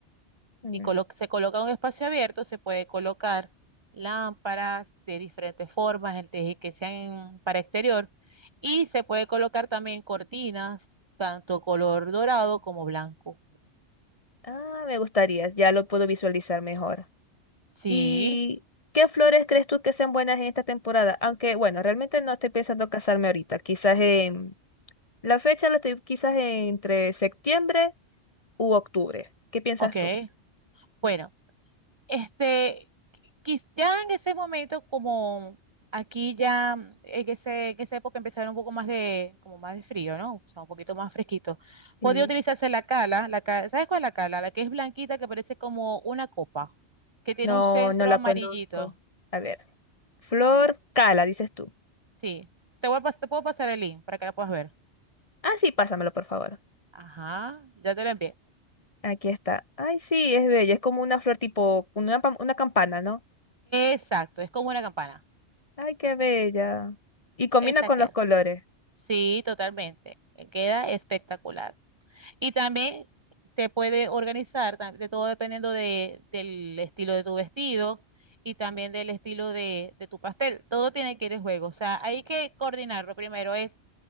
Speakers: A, on the left; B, on the right.
A: Mm.
B: y colo- se coloca en un espacio abierto, se puede colocar lámparas de diferentes formas, el teje- que sean para exterior, y se puede colocar también cortinas, tanto color dorado como blanco.
A: Ah, me gustaría, ya lo puedo visualizar mejor.
B: Sí,
A: ¿Y qué flores crees tú que sean buenas en esta temporada? Aunque, bueno, realmente no estoy pensando casarme ahorita, quizás en... La fecha la estoy quizás entre septiembre u octubre. ¿Qué piensas
B: ok.
A: tú?
B: Bueno. Este, quiz- ya en ese momento, como aquí ya mm, en ese, en esa época empezaron un poco más de, como más de frío, ¿no? O sea, un poquito más fresquito.
A: Sí.
B: Podía utilizarse la cala, la ca- ¿sabes cuál es la cala? La que es blanquita, que parece como una copa, que tiene
A: No,
B: un centro
A: no la
B: amarillito.
A: conozco. A ver, flor cala, dices tú.
B: Sí. Te voy a pas- te puedo pasar el link para que la puedas ver.
A: Ah, sí, pásamelo, por favor.
B: Ajá, ya te lo envié.
A: Aquí está. Ay, sí, es bella. Es como una flor tipo, una, pam- una campana, ¿no?
B: Exacto, es como una campana.
A: Ay, qué bella. Y combina
B: Esa
A: con
B: queda.
A: los colores.
B: Sí, totalmente. Queda espectacular. Y también se puede organizar, tam- de todo dependiendo de, del estilo de tu vestido y también del estilo de, de tu pastel. Todo tiene que ir en juego. O sea, hay que coordinarlo. Primero es